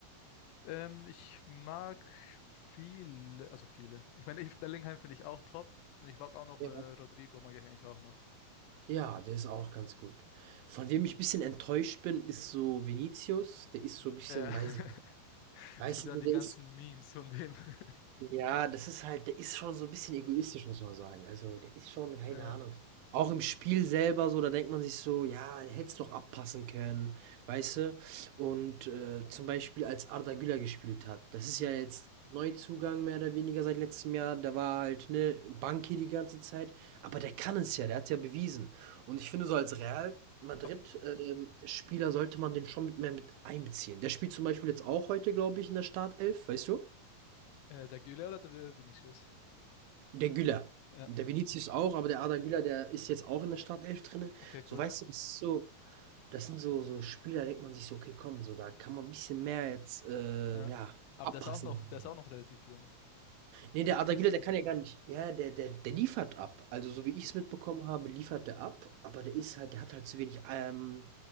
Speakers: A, on the left; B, on the right.
A: Ähm, ich mag viele, also viele. Ich meine, ich, Bellingham finde ich auch top und ich mag auch noch
B: Ja.
A: äh, Rodrigo, mag ich eigentlich auch noch.
B: Ja, der ist auch ganz gut. Von wem ich ein bisschen enttäuscht bin, ist so Vinicius. Der ist so ein bisschen,
A: Ja.
B: weiß
A: <laughs>
B: ich nicht, weißt
A: Es gibt
B: du,
A: ja die
B: der
A: ganzen
B: ist
A: Memes von dem. <laughs>
B: ja, das ist halt der ist schon so ein bisschen egoistisch, muss man sagen. Also, der ist schon keine
A: Äh,
B: Ahnung. Auch im Spiel selber so, da denkt man sich so: „Ja, der hätte es doch abpassen können“, weißt du? Und, äh, zum Beispiel, als Arda Güler gespielt hat, das ist
A: mh.
B: ja jetzt Neuzugang mehr oder weniger seit letztem Jahr. Der war halt, ne, Bank hier die ganze Zeit, aber der kann es ja, der hat es ja bewiesen. Und ich finde, so als Real Madrid,
A: Ob,
B: ähm, Spieler sollte man den schon mit mehr mit einbeziehen. Der spielt zum Beispiel jetzt auch heute, glaube ich, in der Startelf, weißt du?
A: äh, der Güler oder der Vinicius?
B: Der Güler.
A: Ja,
B: Der Vinicius auch, aber der Arda Güler, der ist jetzt auch in der Startelf drin.
A: okay, cool,
B: So, weißt
A: ja.
B: du, das ist so, das sind so, so Spieler, denkt man sich so, okay, komm, so, da kann man ein bisschen mehr jetzt, äh,
A: Ja.
B: ja,
A: Aber
B: abpassen.
A: der ist auch noch, der ist auch noch relativ jung.
B: Nee,
A: Ich
B: der
A: glaube,
B: Arda
A: das.
B: Güler, der kann ja gar nicht. Ja, der, der, der liefert ab. Also, so wie ich
A: Mhm.
B: es mitbekommen habe, liefert der ab, aber der ist halt, der hat halt zu wenig, ähm,